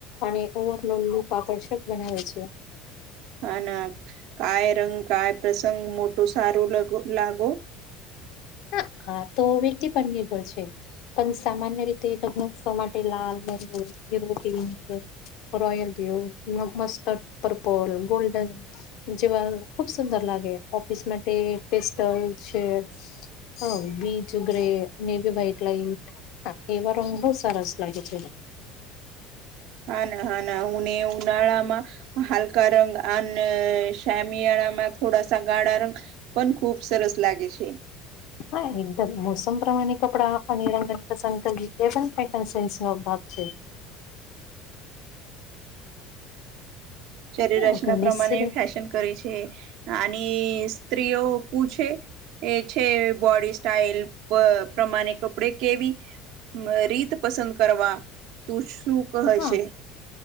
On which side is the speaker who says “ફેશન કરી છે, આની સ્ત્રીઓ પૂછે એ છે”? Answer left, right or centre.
Right